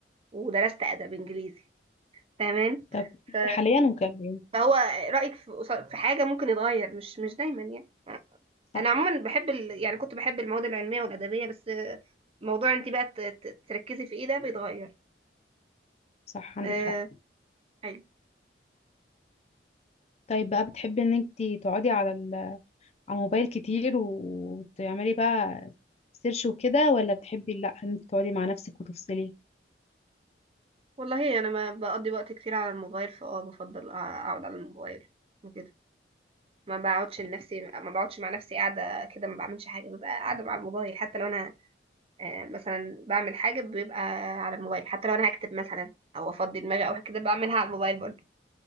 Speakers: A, on the right (about 30°); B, on the left (about 35°).
A: ودرست أدب إنجليزي فاهمان
B: طب
A: ف...
B: حاليا وكان
A: فهو رأيك في في حاجة ممكن يتغير مش مش دايما يعني
B: صح
A: انا عموما بحب ال... يعني كنت بحب المواد العلميه والادبيه بس آه، موضوع انت بقى ت- ت- تركزي في ايه ده بيتغير
B: صح عندك
A: أه...
B: حق
A: حلو
B: طيب بقى بتحبي ان انت تقعدي على ال... على الموبايل كتير و- وتعملي بقى سيرش وكده ولا بتحبي لا ان انت تقعدي مع نفسك وتفصلي
A: والله انا ما بقضي وقت كتير على الموبايل فاه بفضل أع- اقعد على الموبايل وكده ما بقعدش لنفسي ما بقعدش مع نفسي قاعده كده ما بعملش حاجه ببقى قاعده مع الموبايل حتى لو انا آه، مثلا بعمل حاجه بيبقى على الموبايل حتى لو انا هكتب مثلا او افضي دماغي او كده بعملها على الموبايل برضه